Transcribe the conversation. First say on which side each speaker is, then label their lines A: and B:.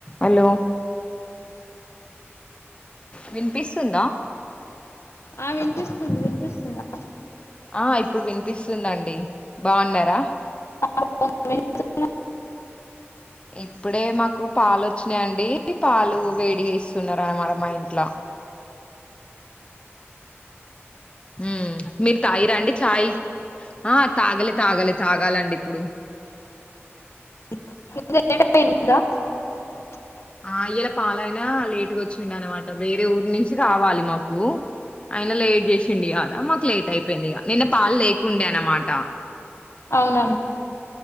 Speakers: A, on the left (about 25°); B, on the left (about 75°).
A: హలో వినిపిస్తుందా
B: ఆ వినిపిస్తుంది వినిపిస్తుందా
A: ఆ ఇప్పుడు వినిపిస్తుందండి బాగున్నారా
B: <unintelligible>
A: ఇప్పుడే మాకు పాలు వచ్చినాయండి. పాలు వేడి చేస్తున్నారు రన్నమాట మా ఇంట్ల ఉ మీరు తాయిరా అండి చాయ్ ఆ తాగలె తాగలె తాగాలండి ఇప్పుడు
B: <unintelligible>
A: ఆ ఇలా పాలయినా లేట్గా వచ్చిందన్నమాటా. వేరే ఊరు నుంచి రావాలి మాకు. అయినా లేట్ జేసిండ యియలా మాకు లేట్ అయిపోయింది. ఇగ నిన్న పాలు లేకుండే అనమాట.
B: అవునండి